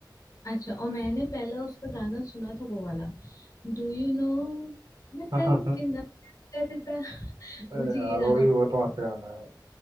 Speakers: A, on the left; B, on the right.
A: अच्छा और मैंने पहला उसका गाना सुना था वो वाला डू यू नो मैं
B: <laughs>
A: तेनू किडनैप करता <laughs> मुझे
B: अरे यार
A: ये गाना
B: वो भी बहुत मस्त गाना है